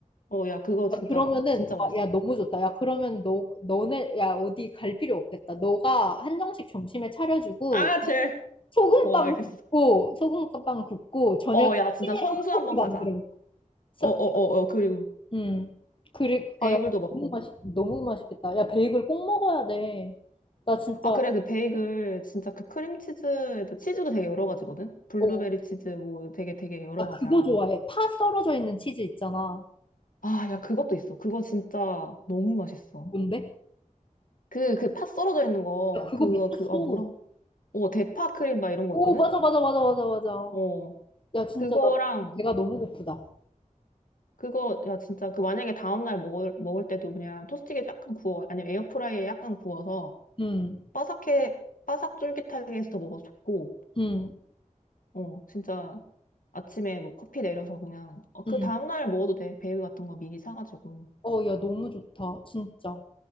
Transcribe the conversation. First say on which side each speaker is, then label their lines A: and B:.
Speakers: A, on the left; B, on the left.
A: 어, 야, 그거 진짜,
B: 야, 그러면은
A: 진짜 맛있어.
B: 어, 야 너무 좋다. 야 그러면 너 너네 야 어디 갈 필요 없겠다. 너가 한정식 점심에 차려주고
A: 아, 젤.
B: 소금빵
A: 어, 알겠어.
B: 굽고 소금빵 굽고 저녁에
A: 어, 야, 진짜
B: 튀김이랑
A: 성수
B: 떡볶이
A: 한번
B: 만들어.
A: 가자.
B: 서-
A: 어, 어, 어, 어, 그리고
B: 음 그리고
A: 베이글도
B: 아야
A: 먹고.
B: 너무 맛있 너무 맛있겠다. 야 베이글 꼭 먹어야 돼. 나 진짜
A: 아, 그래, 그 베이글, 진짜 그 크림치즈에도 치즈도 되게 여러 가지거든? 블루베리
B: 어나
A: 치즈 뭐 되게 되게 여러 가지야.
B: 그거 좋아해. 파 썰어져 있는 치즈 있잖아.
A: 아, 야, 그것도 있어. 그거 진짜 너무 맛있어.
B: 뭔데?
A: 그, 그 팥 썰어져 있는 거,
B: 야 그거
A: 그거,
B: 미쳤어.
A: 그, 아, 뭐라고? 어, 대파 크림 막 이런 거
B: 오
A: 있거든?
B: 맞아 맞아 맞아 맞아 맞아.
A: 어,
B: 야 진짜
A: 그거랑
B: 나 배가 너무 고프다.
A: 그거, 야, 진짜, 그 만약에 다음날 먹을, 먹을 때도 그냥 토스트기에 약간 구워, 아니면 에어프라이에 약간 구워서
B: 음.
A: 바삭해, 바삭 쫄깃하게 해서 먹어도 좋고,
B: 응,
A: 어, 진짜 아침에 뭐 커피 내려서 그냥, 어, 그
B: 응.
A: 다음날 먹어도 돼. 베일 같은 거 미리 사가지고.
B: 어, 야, 너무 좋다. 진짜.